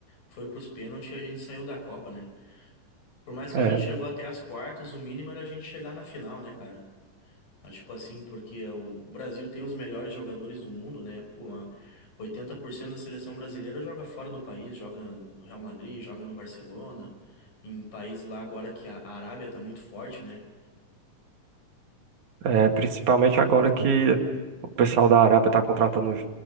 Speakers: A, on the left; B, on the right.
A: foi pros pênaltis e a gente saiu da Copa, né? Por mais que
B: É,
A: a gente chegou até as quartas, o mínimo era a gente chegar na final, né, cara? Ah, Tipo assim, porque o Brasil tem os melhores jogadores do mundo, né? Pô, a- 80% da seleção brasileira joga fora do país, joga no Real Madrid, joga no Barcelona, em países lá agora que a a Arábia tá muito forte, né?
B: É, principalmente agora que o pessoal da Arábia está contratando os